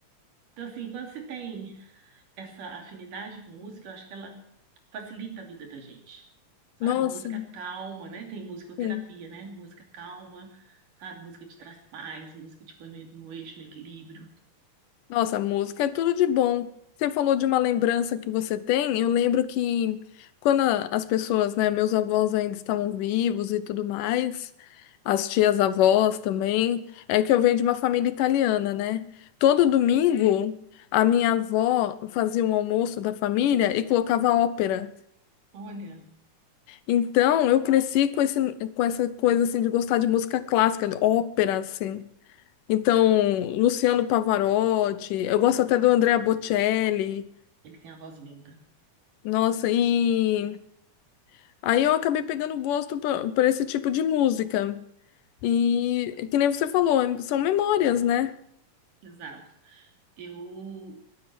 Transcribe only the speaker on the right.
Então, assim, quando se tem essa afinidade com música, eu acho que ela facilita a vida da gente, sabe?
Música calma, né? Tem musicoterapia,
né? Música calma, sabe? Música te traz paz, música te põe no, no eixo, no equilíbrio.
Olha,
ele tem a voz linda.
Exato. Eu,